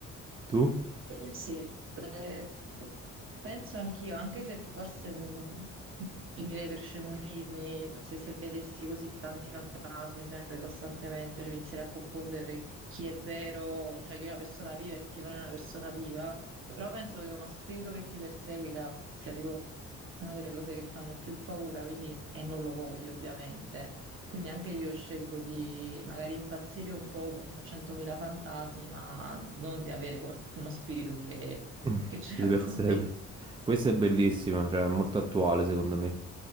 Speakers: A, on the right; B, on the right.
A: Tu?
B: Sì, eh, Penso anch'io, anche se forse mm, finirei per scemunirmi se, se vedessi così tanti fantasmi sempre costantemente, cioè, mi inizierei a confondere chi è vero, cioè chi è una persona viva e chi non è una persona viva. Però penso che uno spirito che ti perseguita sia tipo una delle cose che fanno più paura, quindi, e non lo voglio ovviamente. Quindi anche io scelgo di magari impazzire un po' con 100.000 fantasmi, ma non di avere qual- uno spirito che
A: Mm,
B: che c'era
A: Chi ti perseguita?
B: con me.
A: Questa è bellissima, cioè è molto attuale secondo me.